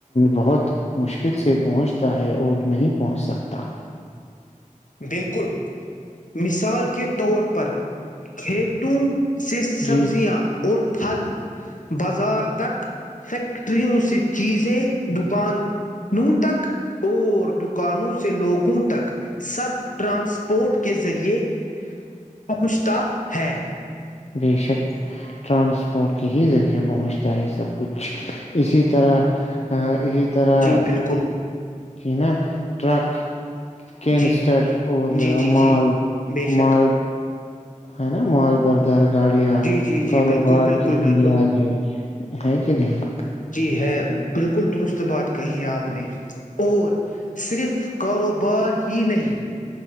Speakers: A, on the left; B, on the left.
A: بہت مشکل سے پہنچتا ہے اور نہیں پہنچ سکتا
B: بالکل مثال کے طور پر کھیتوں سس سبزیاں
A: جی
B: اور پھل بازار تک فیکیکٹریوں سٮت چیزیں دکانوں تک اور دکانوں سے لوگوں تک سب ٹرانسپورٹ کے ذریعے پہنچتا ہے
A: بے شک ٹرانسپورٹ کے ہی ذریعے پہنچتا ہے سب کچھ اسی طرح اسی طرح
B: جی بالکل
A: ج ن ٹرک کینسٹر
B: جی
A: اور
B: جی جی جی
A: مال
B: بے شک
A: مال ہے نا مال بردار گاڑیاں
B: جی جی جی
A: کاروبار
B: بالکل بالکل
A: کی
B: بالکل
A: بنیاد ہے ہے کہ نہیں
B: جی ہے بالکل درست بات کہی ہے آپ نے اور صرف کاروبار ہی نہیں